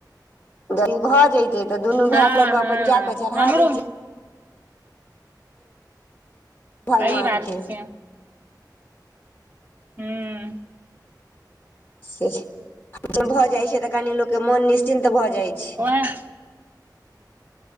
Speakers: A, on the left; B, on the right.
A: भऽ जैतै तऽ दुनू
B: हँ
A: भाय के लऽ कऽ
B: हँ
A: अपन जाक चढ़ा
B: हमरो
A: देतै भगवान
B: सही बात
A: के
B: छै। हूँ
A: से भऽ जाइत छै तऽ कनि लोक के मोन निश्चिन्त भऽ जाइ छै
B: ओएह